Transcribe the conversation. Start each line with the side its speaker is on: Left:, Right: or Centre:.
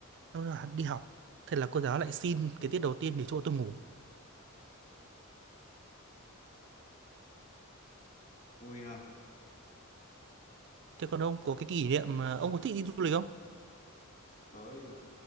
Right: xong rồi đi học thế là cô giáo lại xin cái tiết đầu tiên để cho tôi ngủ
Left: Vui ha,
Right: thế còn ông có cái kỷ niệm mà ông có thích đi du lịch không
Left: tới à,